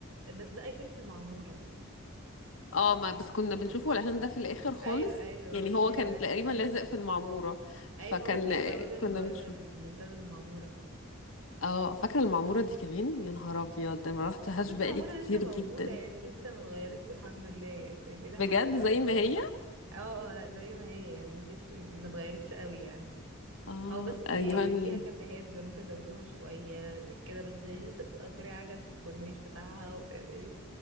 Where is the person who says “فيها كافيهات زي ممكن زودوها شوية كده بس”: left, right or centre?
Right